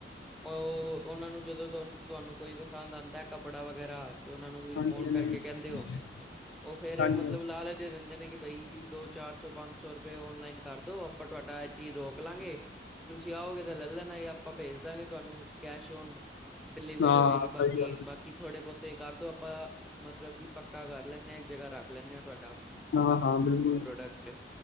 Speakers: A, in the centre; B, on the left.
A: ਉਹ, ਉਹਨਾਂ ਨੂੰ ਜਦੋਂ ਤੁਹਾਨੂੰ, ਤੁਹਾਨੂੰ ਕੋਈ ਪਸੰਦ ਆਉਂਦਾ ਕੱਪੜਾ ਵਗੈਰਾ ਤੇ ਉਹਨਾ ਨੂੰ ਵੀ
B: ਹਾਂਜੀ
A: ਫੋਨ
B: ਹਾਂਜੀ
A: ਕਰਕੇ
B: ਹਾਂਜੀ
A: ਕਹਿੰਦੇ ਹੋ
B: <inaudible>
A: ਉਹ ਫੇਰ ਮਤਲਬ
B: ਹਾਂਜੀ
A: ਲਾਲਚੇ ਦਿੰਦੇ ਨੇ ਕਿ ਬਈ ਦੋ ਚਾਰ ਸੌ ਪੰਜ ਸੌ ਰੁਪਏ ਓਨਲਾਈਨ ਕਰ ਦੋ ਆਪਾਂ ਤੁਹਾਡਾ ਇਹ ਚੀਜ਼ ਰੋਕ ਲਾਂਗੇ ਤੁਸੀਂ ਆਓਗੇ ਤਾਂ ਲੈ ਲੈਣਾ ਹੀ ਆਪਾਂ ਭੇਜ ਦਾਂਗੇ ਤੁਹਾਨੂੰ ਕੈਸ਼ ਓਨ ਡਿਲੀਵਰੀ
B: ਹਾਂ
A: ਹੋ ਜਾਏਗੀ
B: ਸਹੀ
A: ਬਾਕੀ,
B: ਗੱਲ ਹੈ
A: ਬਾਕੀ ਕਿ ਥੋੜੇ ਬਹੁਤੇ ਕਰਦੋ ਆਪਾਂ, ਮਤਲਬ ਕਿ ਪੱਕਾ ਕਰ ਲੈਂਦੇ ਹਾਂ ਇੱਕ ਜਗ੍ਹਾ ਰੱਖ ਲੈਂਦੇ ਹਾਂ ਤੁਹਾਡਾ
B: ਹਾਂ ਹਾਂ ਬਿਲਕੁਲ
A: ਪ੍ਰੋਡਕਟ,